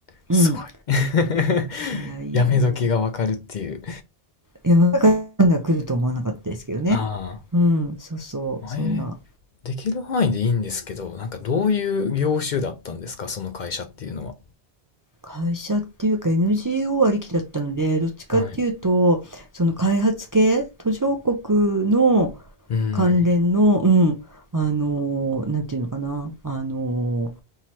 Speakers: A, on the left (about 55°); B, on the right (about 30°).
A: すごい。
B: うん、
A: <laughs>
B: いやいやいや、
A: やめ時がわかるっていう。
B: いや、まさかこんな来ると思わなかったですけどね。
A: あ
B: うん、そうそう、
A: あ、
B: そんな。
A: えー、できる範囲でいいんですけど、なんかどういう業種だったんですか、その会社っていうのは。
B: 会社っていうか NGO ありきだったので、どっちかっていうと、
A: はい。
B: その開発系、途上国の
A: うん、
B: 関連の、うん、あのなんていうのかな、あの